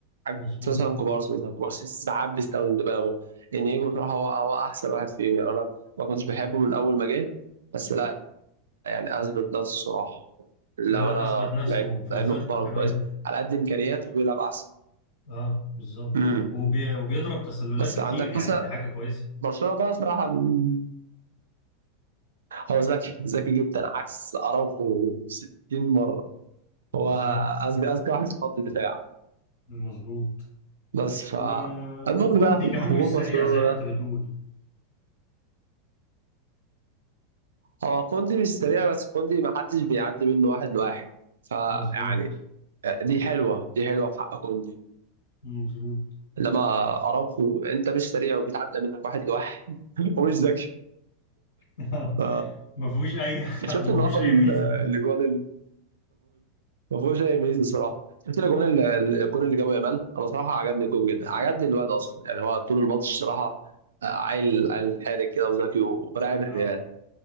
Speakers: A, on the right; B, on the left.
A: عكس
B: مظبوط
A: مثلا كوبارسي مثلا كوبارسي ساعات بيستخدم دماغه انيجو صراحة هو هو احسن واحد فيهم يعني انا ما كنتش بحبه من اول ما جه بس لا يعني اثبت نفسه صراحه للامانه
B: لا لا اثبت نفسه
A: لعيب
B: في
A: لعيب
B: الخطة
A: محترم
B: كمان
A: كويس على قد امكانياته بيلعب احسن
B: اه بالظبط
A: امم
B: وبي... وبيضرب تسللات
A: بس
B: كتير
A: عندك
B: يعني
A: مثلا
B: دي حاجة كويسة
A: برشلونه بقى صراحه ال- هو ذكي ذكي جدا عكس اراوخو 60 مره هو
B: بالظبط
A: اذكى اذكى واحد في خط الدفاع
B: مظبوط
A: بس ف
B: و...
A: المهم
B: وكوندي
A: بقى
B: كمان
A: هجوم
B: مش
A: برشلونه
B: سريع زي ما
A: ده
B: انت بتقول
A: هو كوندي مش سريع بس كوندي ما حدش بيعدي منه واحد لواحد فيعني
B: مظبوط
A: دي حلوه دي حلوه في حق كوندي
B: مظبوط
A: لما اراوخو انت مش سريع وبيتعدى منك واحد لواحد ومش ذكي
B: <laughs>
A: ف...
B: ما فيهوش اي <laughs> ما
A: شفت النهارده
B: فيهوش اي
A: ال-
B: ميزة
A: الاجوان اللي ما فيهوش اي ميزه صراحه شفت الاجوان اللي- الجون اللي جابه يامال انا صراحه عجبني الجون جدا عجبني الواد اصلا يعني هو طول الماتش صراحه آه، عيل عيل حارق كده وذكي و-
B: <laughs>
A: ولاعب الريال
B: اه